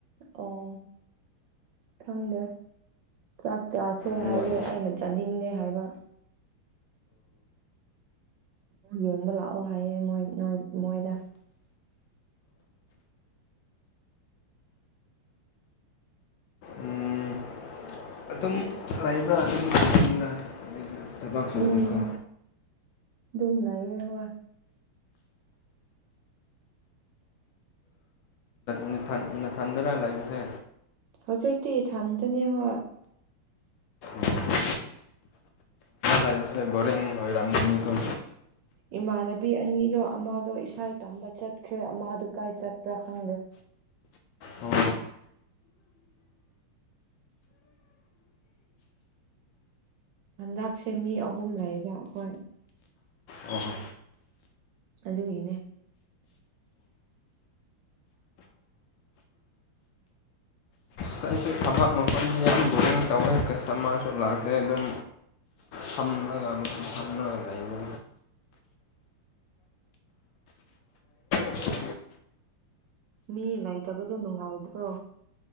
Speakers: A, on the right; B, on the left.
A: ꯑꯣ ꯊꯪꯗꯦ ꯆꯥꯛ ꯆꯥꯁꯦ
B: ꯑꯩꯉꯣꯟ
A: ꯍꯥꯏꯌꯦ ꯑꯩꯅ ꯆꯥꯅꯤꯡꯅꯦ ꯍꯥꯏꯕ ꯌꯦꯡꯕ ꯂꯥꯛꯑꯣ ꯍꯥꯏꯌꯦꯦ ꯃꯣꯏ ꯅꯣꯏ ꯃꯣꯏꯗ
B: ꯎꯝ ꯑꯗꯨꯝ ꯂꯩꯥꯛꯕ꯭ꯔꯥ ꯑꯗꯨꯝꯅ ꯑ ꯊꯕꯛ ꯁꯨꯕꯗꯤꯀꯣ
A: ꯎꯝ ꯑꯗꯨꯝ ꯂꯩꯥꯛꯌꯦ ꯍꯣꯏ
B: ꯅꯤꯡꯊ ꯅꯊꯟꯗꯅ ꯂꯩꯕꯁꯦ
A: ꯍꯧꯖꯤꯛꯇꯤ ꯊꯟꯗꯅꯦ ꯍꯣꯏ
B: ꯎꯝ ꯂꯥꯏꯁ ꯕꯔꯤꯡ ꯍꯥꯏꯔꯝꯅꯤꯊꯧ
A: ꯏꯃꯥꯟꯅꯕꯤ ꯑꯅꯤꯗꯣ ꯑꯃꯗꯣ ꯏꯁꯥ ꯇꯝꯕ ꯆꯠꯈ꯭ꯔꯦ ꯑꯃꯗꯣ ꯀꯥꯏ ꯆꯠꯄ꯭ꯔꯥ ꯈꯪꯗꯦ
B: ꯑꯣ
A: ꯍꯟꯗꯛꯁꯦ ꯃꯤ ꯑꯍꯨꯝ ꯂꯩꯕ ꯍꯣꯏ
B: ꯑꯣꯍꯣ
A: ꯑꯗꯨꯒꯤꯅꯦ
B: ꯁ ꯑꯩ ꯊꯕꯛ ꯃꯐꯝꯁꯤ ꯌꯥꯝ ꯕꯣꯔꯤꯡ ꯇꯧꯋꯦ ꯀꯁꯇꯃꯔꯁꯨ ꯂꯥꯛꯇꯦ ꯑꯗꯨꯝ ꯁꯝ ꯁꯝꯅ ꯂꯥꯏꯕ ꯦꯁ
A: ꯃꯤ ꯏ ꯂꯩꯥꯏ ꯇꯕꯗꯤꯣ ꯅꯨꯡꯉꯥꯏꯗ꯭ꯔꯣ